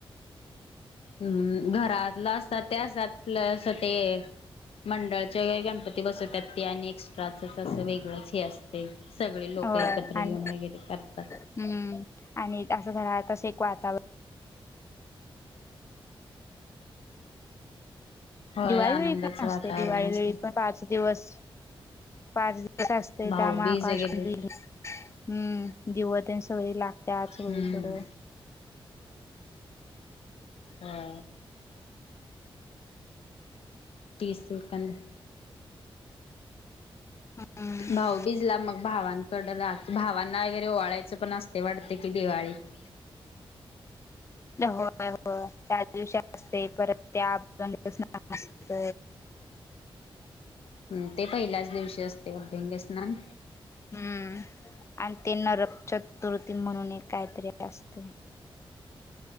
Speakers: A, on the left; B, on the left.
A: हम् घरातलं असतात ते असतात प्लस ते मंडळाचे व गणपती ते बसतात ते आणि एक्स्ट्राचच असं वेगळंच हे असतं ते सगळे लोक
B: होय
A: एकत्र
B: आणि
A: येऊन वगैरे करतात
B: हम्म आणि असं घरातालं तसं एक वातावरण
A: होय
B: दिवाळी
A: आनंदाचं
B: वेळी पण असते
A: वातावरण
B: दिवाळी
A: असते
B: वेळी पण पाच दिवस पाच दिव त असते
A: भाऊबीज
B: त्यामा आकाश
A: वगैरे
B: दिल हम्म दिवते सय लागत आ सोळीकड
A: हम्म हा तीस सेकड
B: हम्म
A: भाऊ भिजला मग भावां कड राह भावांना वगैरे ओळायचं पण असते वाटते कि दिवाळीत
B: होय होय त्याच दिवशी असते परत ते अज दिवसत
A: ह ते पहिल्याच दिवशी असते अभ्यंगस्नान
B: हम्म आणि ते नरक चतुर्थी म्हणून एक काहीतरी असते